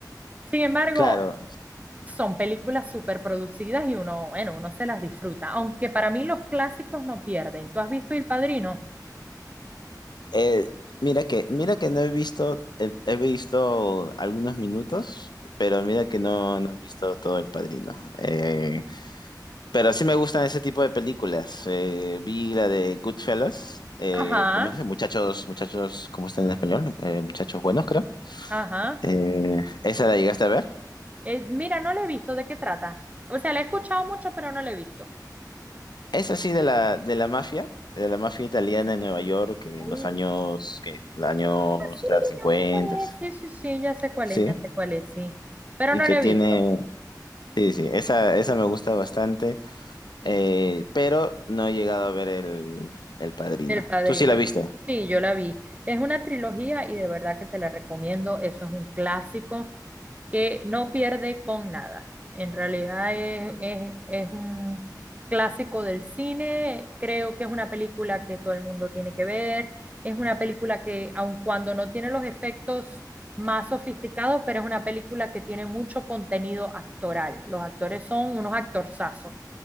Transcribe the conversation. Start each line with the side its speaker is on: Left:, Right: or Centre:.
Right: Sin embargo,
Left: Claro,
Right: son películas súper producidas y uno, bueno, uno se las disfruta. Aunque para mí los clásicos no pierden. ¿Tú has visto El Padrino?
Left: Eh, mira que, mira que no he visto, el- he visto algunos minutos, pero mira que no, no he visto todo El Padrino. Eh, pero sí me gustan ese tipo de películas. Eh, vi la de Goodfellas, eh,
Right: Ajá,
Left: ¿cómo es? Muchachos, muchachos, ¿cómo está en español? Eh, muchachos buenos, creo.
Right: ajá.
Left: Eh, ¿esa la llegaste a ver?
Right: Eh, mira, no la he visto. ¿De qué trata? O sea, la he escuchado mucho, pero no la he visto.
Left: Esa sí de la, de la mafia, de la mafia italiana en Nueva York, que
Right: Uh.
Left: en los años, que los años,
Right: sí,
Left: claro, 50,
Right: ya sé cuál es, sí, sí, sí, ya sé cuál
Left: sí,
Right: es, ya sé cuál es, sí. Pero
Left: y
Right: no
Left: que
Right: lo he
Left: tiene...
Right: visto.
Left: Sí, sí, esa, esa me gusta bastante, eh, pero no he llegado a ver el, el Padrino.
Right: El Padrino.
Left: ¿Tú sí la viste?
Right: Sí, yo la vi. Es una trilogía y de verdad que te la recomiendo. Eso es un clásico que no pierde con nada. En realidad es, es- es un clásico del cine. Creo que es una película que todo el mundo tiene que ver. Es una película que, aun cuando no tiene los efectos más sofisticados, pero es una película que tiene mucho contenido actoral. Los actores son unos actorzazos.